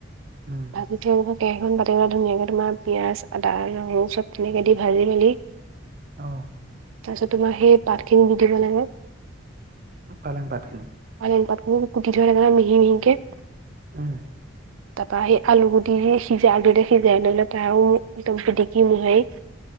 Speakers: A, on the right; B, on the right.
A: উম
B: দি থৈ আহিব কেৰাহীখন পাতি পেলাই ধুনীয়াকে তোমাৰ পিঁয়াজ, আদা, নহৰু চব ধুনীয়াকে দি ভাজি মেলি
A: অহ
B: তাৰ পিছত তোমাৰ সেই পাত খিনি দি দিব লাগে।
A: পালেং পাত খিনি
B: পালেং পাতবোৰ কুটি <unintelligible> মিহি মিহিকে
A: উম
B: তাপা সেই আলু গুটিৰি সিজা আলুৰে সিজাই লৈ লৈ তাৰ আও একদম পিটিকি মোহাৰি